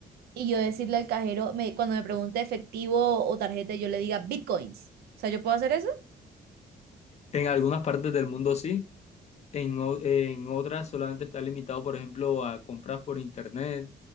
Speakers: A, on the right; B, on the left.
A: y yo decirle al cajero, me, cuando me pregunte efectivo o tarjeta, yo le diga bitcoins. O sea, ¿yo puedo hacer eso?
B: en algunas partes del mundo sí, en, o- en otras solamente está limitado, por ejemplo, a compras por internet.